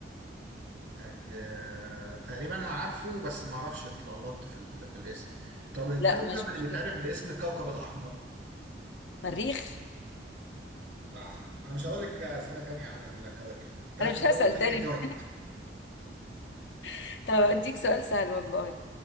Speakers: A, on the right; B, on the left.
A: أج- تقريبا انا عارفه بس ما اعرفش اتلخبطت في ال... في الاسم طب الكوكب
B: لا مش
A: اللي
B: مشكلة
A: بيتعرف باسم الكوكب الاحمر
B: مريخ
A: صح انا مش هقول لك اسئله تانية عن الكواكب انت عارف
B: أنا مش
A: كل
B: هسأل
A: تلت
B: تاني
A: الكواكب
B: <laughs> طب هديك سؤال سهل والله